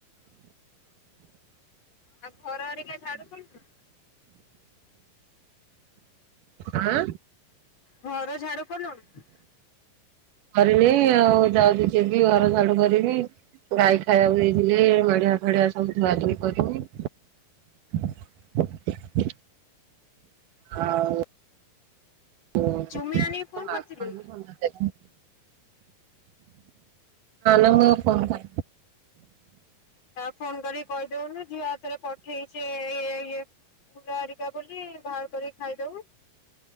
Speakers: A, on the left; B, on the right.
A: ଆଉ ଘର ହେରିକା ଝାଡୁ କଲୁଣୁ?
B: ଆଁ।
A: ଘର ଝାଡ଼ୁ କଲୁଣି?
B: କରିନି ଆଉ ଯାଉଛି ଯିବି ଘର ଝାଡୁ କରିବି। ଗାଈ ଖାଇବାକୁ ଦେଇଥିଲି ମେଢି଼ଆ ଫେଡି଼ଆ ସବୁ ଧୁଆ ଧୁଇ କରିମି। <inaudible> ହଉ। ଓ <unintelligible>
A: ଚୁମି
B: ନହେଲେ
A: ନାନୀ କି ଫୋନ କରିଥିଲୁ?
B: ମୁଇଁ ଉପମା
A: ତାକୁ ଫୋନ କରିକି କହିଦଉନୁ ଝିଅ ହାତରେ ପଠେଇଛି ଏଇ ଇଏ ଫୁଲ ହେରିକା ବୋଲି ବାହାର କରିକି ଖାଇଦବୁ।